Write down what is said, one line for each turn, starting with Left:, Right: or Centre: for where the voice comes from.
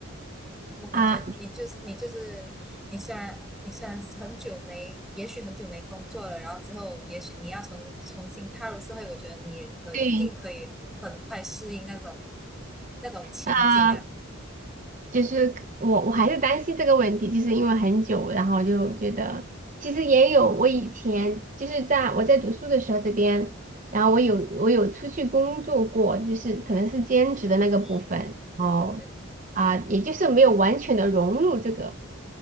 Right: <laughs>
Centre: 我感觉你就是你就是你虽然你虽然很久没，
Right: 啊，
Centre: 也许很久没工作了，然后之后也许你要重重新踏入社会，我觉得你也肯定可以很快适应那种
Right: 对
Centre: 那种情景啊。
Right: 啊，就是我我还是担心这个问题，就是因为很久，然后就觉得其实也有我以前就是在我在读书的时候这边，然后我有我有出去工作过，就是可能是兼职的那个部分，
Centre: 嗯，对对对，
Right: 哦啊，也就是没有完全的融入这个